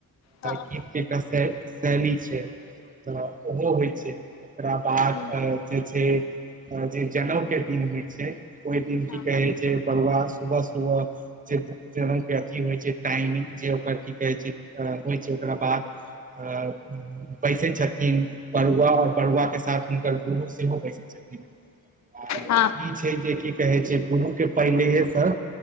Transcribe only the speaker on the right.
गीत
एकटा फेर शैली छै तऽ ओहो होइ छै ओकरा पाग
पहिराउन जे छै, जे जनेउके दिन होइ छै ओइ
की कहै छै बरुआ सुबह सुबह जनके अथी होइत छै टाइमिंग जे ओकरा की कहै छै होइ छै ओकरा बाद आ बैसै छथिन बरुआ आओर बड़ुआ के साथ हुनकर गुरु सेहो बैसै छथिन। आर
ई छै जे की कहे छै दुनु के पहिलेहेसँ